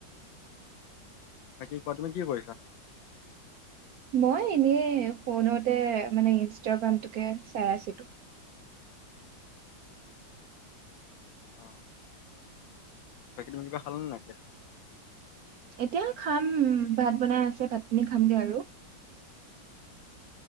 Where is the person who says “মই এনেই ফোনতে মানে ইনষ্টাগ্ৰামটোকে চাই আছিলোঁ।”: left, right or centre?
Right